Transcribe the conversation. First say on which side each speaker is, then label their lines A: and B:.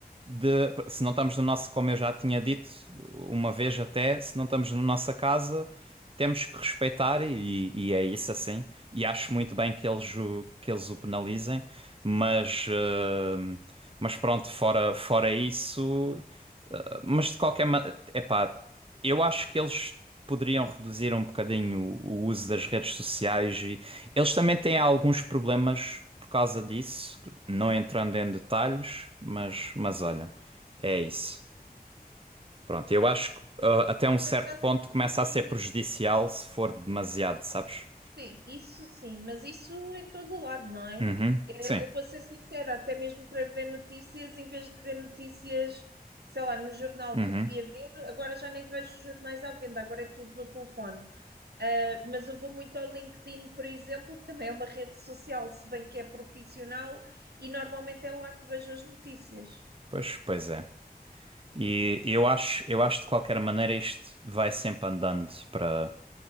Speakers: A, on the right; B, on the right.
A: de. Se não estamos no nosso, como eu já tinha dito uma vez até, se não estamos na nossa casa, temos que respeitar e, e é isso assim. E acho muito bem que eles o, que eles o penalizem, mas, eh, mas pronto, fora, fora isso. eh, mas de qualquer maneira, epá, eu acho que eles. Poderiam reduzir um bocadinho o o uso das redes sociais e eles também têm alguns problemas por causa disso não entrando em detalhes, mas, mas olha, é isso. Pronto, eu acho que ah, até um certo
B: Por acaso
A: ponto
B: não senti.
A: começa a ser prejudicial se for demasiado, sabes?
B: Sim, isso sim, mas isso em todo o lado, não é?
A: Uhum,
B: Eh,
A: sim.
B: Eu vou ser sincera, até mesmo para ver notícias, em vez de ver notícias, sei lá, no jornal
A: Uhum.
B: que devia ver, agora já nem vejo jornais à venda, agora é tudo no telefone. Uh, mas eu vou muito ao LinkedIn, por exemplo, que também é uma rede social, se bem que é profissional, e normalmente é lá que vejo as notícias.
A: Pois, pois é. E eu acho, eu acho de qualquer maneira isto vai sempre andando para